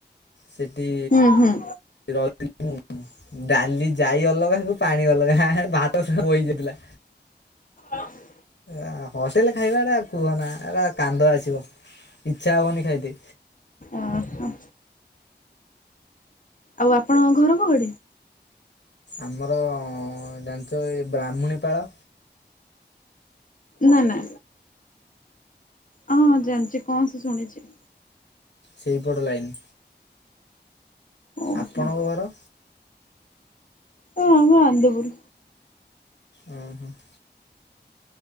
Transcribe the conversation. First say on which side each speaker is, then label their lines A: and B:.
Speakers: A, on the left; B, on the left.
A: ସେଠି
B: ଉଁ ହୁଁ।
A: ରହିତିଲି ମୁଁ ଡାଲି ଜାଇ ଅଲଗାକୁ ପାଣି ଅଲଗା ଭାତ ସ ବୋହିଯାଇଥିଲା।
B: ଅଁ ହ।
A: ଅ ହଟେଲେ ଖାଇବା ଟା କୁହନା ଏରା କାନ୍ଦ ଆସିବ ଇଛା ହବନି ଖାଇ ତେ।
B: ଓ ହୋ। ଆଉ ଆପଣଙ୍କ ଘର କୁଆଡେ?
A: ଆମର ଜାଣିଚ ଏ ବ୍ରାହ୍ମଣୀପାଳ
B: ନା ନା ହଁ ଜାଣିଚି କଣ ସେ ଶୁଣିଚି
A: ସେଇପଟ ଲାଇନ୍
B: ଓହୋ
A: ଆପଣଙ୍କ
B: ହଁ
A: ଘର?
B: ହଁ ଆମ ଆନ୍ଦପୁୁର।
A: ଓ ହୋଁ <inaudible>